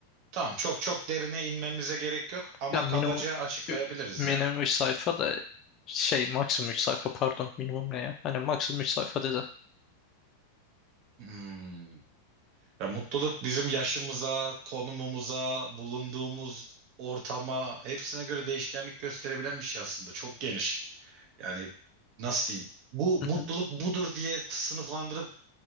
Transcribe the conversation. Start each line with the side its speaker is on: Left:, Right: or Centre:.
Right: tamam çok çok derine inmemize gerek yok ama
Left: Ya minimum
Right: kabaca açıklayabiliriz
Left: ü- minimum
Right: yani.
Left: 3 sayfa da şey maksimum 3 sayfa pardon minimum ne ya? Hani maksimum 3 sayfa dedi.
Right: Hmm. Ya mutluluk bizim yaşımıza, konumumuza, bulunduğumuz ortama hepsine göre değişkenlik gösterebilen bir şey aslında. Çok geniş. Yani nasıl diyeyim? Bu
Left: Hı
Right: mutluluk
Left: hı.
Right: budur diye sınıflandırıp